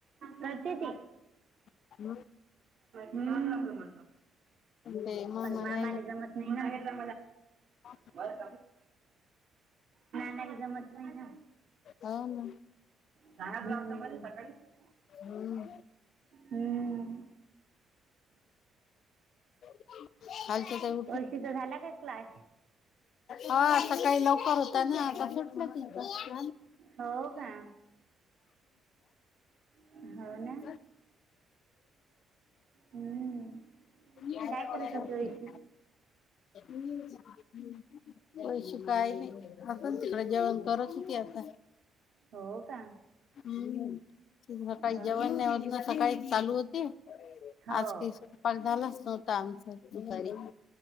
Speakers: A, on the right (about 50°); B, on the left (about 55°).
A: करते ती,
B: हम्म
A: हम्म
B: ते मामा
A: पण
B: नाही
A: आम्हाले जमत नाही ना
B: <inaudible>
A: <unintelligible> नाय नाय रे जमत नाय ना.
B: हो ना.
A: शाळात जायचं मले सकाळी हम्म.
B: हम्म
A: हम्म.
B: <unintelligible> खालचं तर.
A: वैशू चा झाला का क्लास?
B: हा. <unintelligible> सकाळी लवकर होता, ना आता सुटला तिचा.
A: हो का हो ना
B: <unintelligible>
A: हम्म..
B: <unintelligible>
A: काय करत होती ओळशी
B: <unintelligible> तुळशी काय नाही. आपण तिकड जेवण करत होती. आता,
A: हो का?
B: ह् तुला काय
A: हो
B: जेवण
A: ना
B: नाही होत ना सकाळी चालू होती? <unintelligible>
A: हो
B: आज स्पेशल कॉल झालाच नव्हता आमचा दुपारी